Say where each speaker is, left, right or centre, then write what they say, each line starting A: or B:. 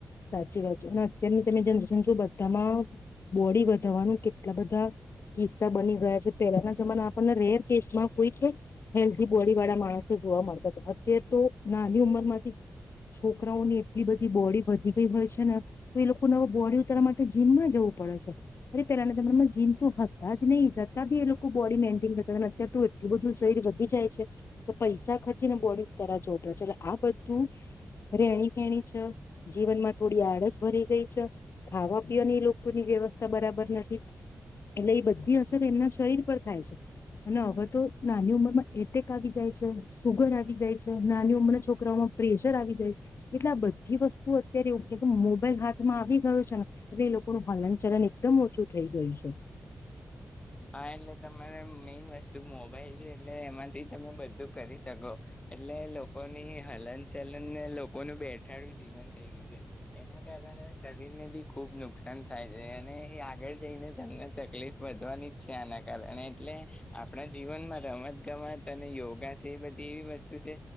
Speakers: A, on the left; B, on the left.
A: સાચી વાત છે અને અત્યારની તમે જનરેશન જો બધામાં બોડી વધારવાનું કેટલા બધા કિસ્સા બની ગયા છે પેલાના જમાના આપણને રેર કેસમાં કોઈક હેલ્ધી બોડી વાળા માણસ જોવા મળતા છે અત્યારે તો નાની ઉંમર માંથી છોકરાઓની એટલી બધી બોડી વધી ગઈ હોય છે ને તો એ લોકો ન બોડી ઉતારવા માટે જીમમાં જવું પડે છે અરે પેલાના તમામનામાં જીમ તો હતા જ નહી જતાં બી એ લોકો બોડી મેન્ટેન કરતા હતા અત્યાર તો એટલું બધું શરીર વધી જાય છે તો પૈસા ખર્ચીને બોડી ઉતારવા જોવું પડે છે એટલે આ બધું રેણી કેણી છે જીવનમાં થોડી આળસ ભરી ગઈ છે ખાવા પીવાની એ લોકોની વ્યવસ્થા બરાબર નથી એટલે એ બધી અસર એમના શરીર પર થાય છે અને હવે તો નાની ઉંમરમાં એટેક આવી જાય છે સુુગર આવી જાય છે નાની ઉંમરના છોકરાઓમાં પ્રેશર આવી જાય છે એટલે આ બધી વસ્તુ તું અત્યારે એવું મોબાઈલ હાથમાં આવી ગયો છે ને એટલે એ લોકોનું હલન ચલન એકદમ ઓછું થઈ ગયું છે
B: હા એટલે તમારે મેઈન વસ્તુ મોબાઈલ છે એટલે એમાંથી તમે બધું કરી શકો એટલે લોકોની હલન ચલન ને લોકોનું બેઠાડું જીવન થઇ ગયું છે એના કારણે શરીર ને બી ખુબ નુ નુકસાન થાય છે અને એ આગળ જઈને તમને તકલીફ વધવાની છે આના કારણે એટલે આપણા જીવનમાં રમત ગમત અને યોગા છે એ બધી એવી વસ્તુ છે